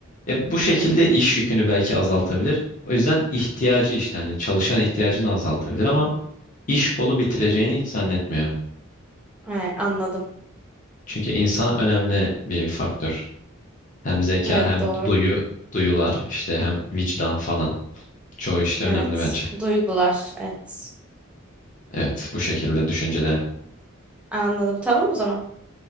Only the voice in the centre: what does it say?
Hı hı.
Hay, anladım.
Evet
doğru.
Evet.
Duygular. Evet.
Anladım. Tamam o zaman.